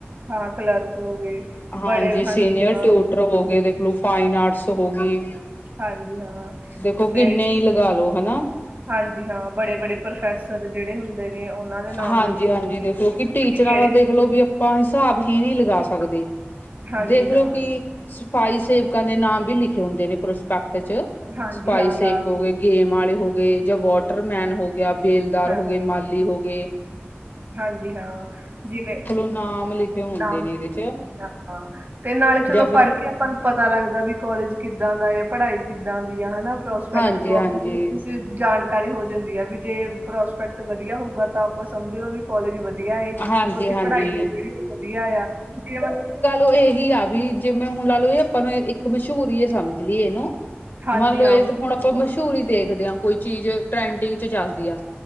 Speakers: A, on the right; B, on the left.
A: ਹਾਂ ਕਲਰਕ ਹੋ ਗਏ
B: ਹਾਂਜੀ
A: ਬੜੇ
B: ਸੀਨੀਅਰ
A: ਹਾਂ
B: ਟਿਊਟਰ ਹੋ ਗੇ ਦੇਖਲੋ, ਫਾਈਨ ਆਰਟਸ ਹੋ ਗੀ।
A: ਹਾਂਜੀ ਹਾਂ
B: ਦੇਖੋ,
A: ਤੇ
B: ਕਿੰਨੇ ਈ ਲਗਾਾ ਲੋ। ਹਨਾਂ।
A: ਹਾਂਜੀ ਹਾਂ, ਬੜੇ-ਬੜੇ ਪ੍ਰੋਫੈਸਰ ਜੇੜੇ ਹੁੰਦੇ ਨੇ, ਓਨਾਂ ਦੇ ਨਾਮ
B: ਹਾਂਜੀ
A: ਲਿਖੇ
B: ਹਾਂਜੀ,
A: ਜਾਂਦੇ
B: ਦੇਖਲੋ
A: ਨੇ
B: ਕਿ ਟੀਚਰਾਂ
A: ਵੀ ਕਿਹੜੇ
B: ਦਾ ਦੇਖਲੋ ਵੀ ਆਪਾਂ ਹਿਸਾਬ ਹੀ ਨ੍ਹੀਂ ਲਗਾ ਸਕਦੇ।
A: ਹਾਂਜੀ
B: ਦੇਖਲੋ
A: ਹਾਂ,
B: ਕਿ ਸਫ਼ਾਈ ਸੇਵਕਾਂ ਦੇ ਨਾਮ ਵੀ ਲਿਖੇ ਹੁੰਦੇ ਨੇ ਪ੍ਰਸ ਪੱਕ ਚ
A: ਹਾਂਜੀ
B: ਸਪਾਈ
A: ਹਾਂ
B: ਸੇਵ
A: ਲਾ
B: ਹੋਗੇ, ਗੇਮ ਆਲੇ ਹੋ ਗੇ ਜਾਂ ਵਾਟਰਮੈਨ ਹੋ ਗਿਆ। ਬੇਲਦਾਰ
A: ਹਾਂ,
B: ਹੋ
A: ਹਾਂ
B: ਗੇ, ਮਾਲੀ ਹੋ ਗੇ।
A: ਹਾਂਜੀ ਹਾਂ, ਜਿਵੇਂ,
B: ਨਾਮ ਲਿਖੇ ਹੁੰਦੇ
A: ਨਾਮ
B: ਨੇ ਇਹਦੇ
A: <unintelligible>
B: ਚ
A: ਆਪਣਾ। ਤੇ ਨਾਲੇ ਚਲੋ
B: ਜਾਂ ਫਿਰ
A: ਪੜ੍ਹ ਕੇ ਆਪਾਂ ਨੂੰ ਪਤਾ ਲੱਗਦਾ ਵੀ, ਕੋਲਜ ਕਿੱਦਾਂ ਦਾ ਏ, ਪੜ੍ਹਾਈ ਕਿੱਦਾਂ ਦੀ ਆ ਹਨਾਂ। ਪ੍ਰੋਸਪੈਕਟ
B: ਹਾਂਜੀ
A: ਤੋਂ
B: ਹਾਂਜੀ
A: ਆਪਾਂ ਕਿਸੇ ਜਾਣ ਕਾਰੀ ਹੋ ਜਾਂਦੀ ਆ ਵੀ ਜੇ ਪ੍ਰੋਸਪੈਕਟ ਵਧੀਆ ਹੋਊਗਾ ਤਾਂ ਆਪਾਂ ਸਮਝ ਲਓ ਵੀ ਕੋਲਜ ਵਧੀ ਵਧੀਆ ਏ,
B: ਹਾਂਜੀ
A: ਓਥੇ
B: ਹਾਂਜੀ
A: ਪੜ੍ਹਾਈ ਆ ਜੇੜੀ ਓ ਵਧੀਆ ਆ ਜੇ ਮਤਲਬ
B: ਓ ਏਹੀ ਆ ਵੀ ਜਿਵੇਂ ਹੁਣ ਲਾ ਲਓ ਏ ਆਪਾਂ ਨੂੰ ਇੱਕ ਮਸ਼ਹੂਰ ਈ ਏ ਸਮਝ ਲਈਏ ਏਨੂੰ।
A: ਹਾਂਜੀ
B: ਮੰਨ ਲੋ
A: ਹਾਂ
B: ਏਹ
A: ਮਸ਼ਹੂਰ
B: ਤੇ ਹੁਣ ਆਪਾਂ
A: ਆ
B: ਮਸ਼ਹੂੂਰਰੀ ਦੇਖਦੇ ਆਂ ਕੋਈ, ਚੀਜ਼ ਟਰੈਂਡਿੰਗ ਚ ਚੱਲਦੀ ਆ।